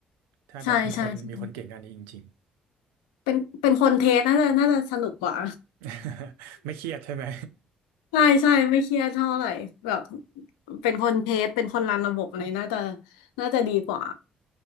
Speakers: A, on the right; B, on the left.
A: ถ้าแบบมีคนมีคนเก่งอันนี้จริง
B: ใช่ใช่ใช่เป็นเป็นคนเทสน่าจะน่าจะสนุกกว่า
A: ๆ <laughs> ไม่เครียดใช่ไหม
B: ใช่ใช่ไม่เครียดเท่าไหร่แบบเป็นคนเทสเป็นคนรันระบบอะไรน่าจะน่าจะดีกว่า